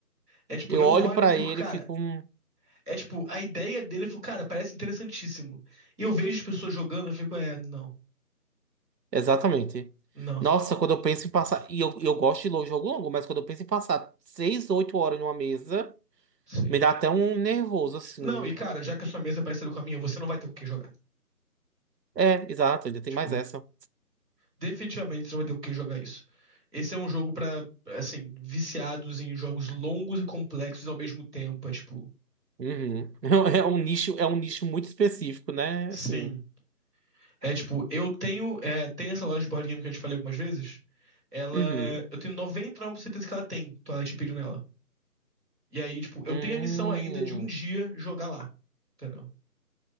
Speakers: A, in the centre; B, on the right.
A: É tipo,
B: eu
A: eu
B: olho
A: olho
B: pra
A: e eu fico,
B: ele
A: cara,
B: e fico. hum,
A: é tipo, a ideia dele, eu fico, cara, parece interessantíssimo. E eu vejo as pessoas jogando, eu fico, é, não,
B: Exatamente.
A: não,
B: Nossa, quando eu penso em passar. E eu, eu gosto de lo- jogo longo, mas quando eu penso em passar seis oito horas numa mesa,
A: sim.
B: me dá até um nervoso, assim.
A: Não, e cara, já que a sua mesa é parecida com a minha, você não vai ter com quem jogar.
B: É, exato, ainda tem
A: Tipo,
B: mais essa.
A: Definitivamente você não vai ter com quem jogar isso. Esse é um jogo pra, assim, viciados em jogos longos e complexos ao mesmo tempo. É tipo.
B: Uhum. <laughs> É um nicho, é um nicho muito específico, né?
A: Sim.
B: Assim.
A: É tipo, eu tenho. É, tem essa loja de board game que eu te falei algumas vezes. Ela.
B: Uhum.
A: Eu tenho noventa e nove por cento de certeza que ela tem Twilight Imperium nela. E aí, tipo, eu
B: Hum.
A: tenho a missão ainda de um dia jogar lá. Entendeu?